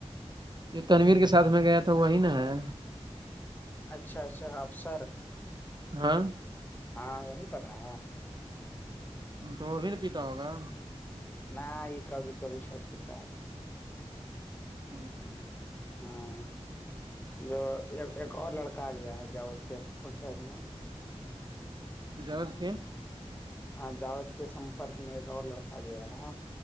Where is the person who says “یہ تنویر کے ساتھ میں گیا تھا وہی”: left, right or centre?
Right